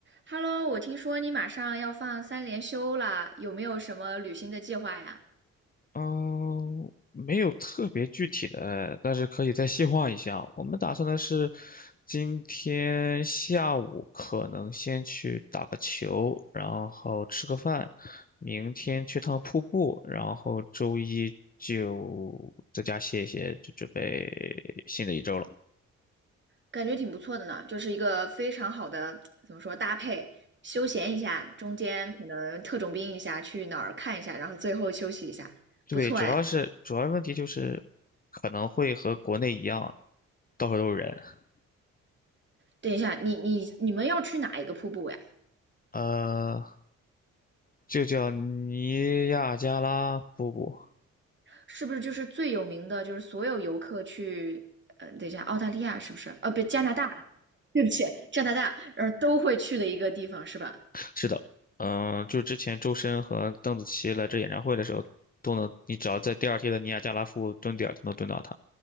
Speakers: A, on the right (about 30°); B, on the left (about 20°).
A: Hello，我听说你马上要放三连休了，有没有什么旅行的计划呀？
B: 嗯，没有特别具体的，但是可以再细化一下。我们打算的是，今天下午可能先去打个球，然后吃个饭，明天去趟瀑布，然后周一就在家歇一歇，就准备新的一周了。
A: 感觉挺不错的呢，就是一个非常好的，怎么说，搭配，休闲一下，中间可能特种兵一下，去哪儿看一下，然后最后休息一下，
B: 对，
A: 不错哎。
B: 主要是主要问题就是可能会和国内一样，到处都是人。
A: 等一下，你你你们要去哪一个瀑布呀？
B: 呃，就叫尼亚加拉瀑布。
A: 是不是就是最有名的，就是所有游客去，嗯、等一下，澳大利亚是不是？哦，不，加拿大，<laughs> 对不起，加拿大，然后都会去的一个地方是吧？
B: 是的，嗯、就之前周深和邓紫棋来这演唱会的时候，都能，你只要在第二天的尼亚加拉夫蹲点儿就能蹲到他，